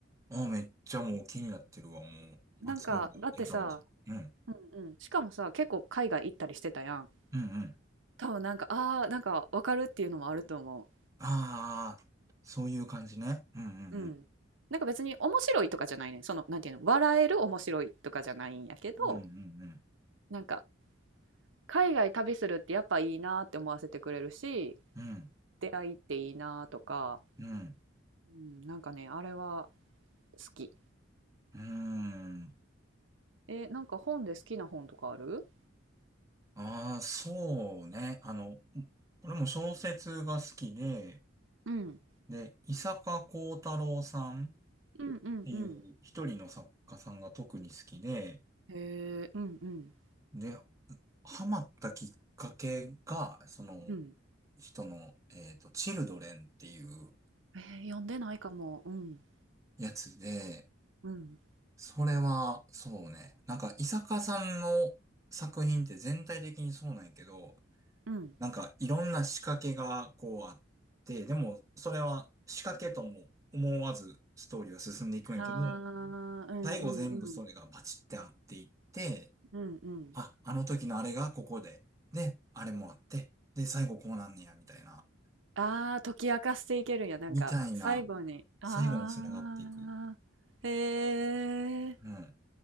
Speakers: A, on the right (about 15°); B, on the right (about 75°).
A: ああ、めっちゃもう気になってるわ、もう。
B: なんか、
A: 松岡弥太郎さん。
B: だってさ、
A: うん、
B: うんうん、しかもさ、結構海外行ったりしてたやん。
A: うん、うん。
B: 多分なんか、ああ、なんかわかるっていうのもあると思
A: ああ、そういう感じね。うん、うん、
B: う。うん。
A: うん。
B: なんか別に面白いとかじゃないね。その、なんていうの、笑える面白いとかじゃないんやけど、
A: うん、うん、
B: なんか海外旅するってやっぱいいなって思わせてくれるし
A: うん。
B: 出会いっていいなとか、
A: うん、うん。
B: うん、なんかねあれは好き。
A: うん。
B: えなんか本で好きな本とかある
A: ああ、そうね。あの、俺も小説が好きで、
B: うん
A: で、伊坂幸太郎さんっ
B: うんうんうん
A: ていう一人の作家さんが特に好きで、
B: へえうんうん
A: で、ハマったきっかけが、その
B: うん
A: 人の、えっと、チルドレンっていう
B: えー読んでないかもうん
A: やつで、
B: うん
A: それは、そうね。なんか、伊坂さんの作品って全体的にそうなんやけど、
B: うん
A: なんかいろんな仕掛けがこうあって、でもそれは仕掛けとも思わずストーリーは進んでいくんやけど、
B: はあうんうんうん
A: 最後全部それがバチってあっていって、
B: うんうん
A: あ、あの時のあれがここで、で、あれもあって、で、最後こうなんねや、みたいな、
B: ああー解き明かしていけるんやなんか最後にああへえ
A: みたいな、最後につながっていく。うん。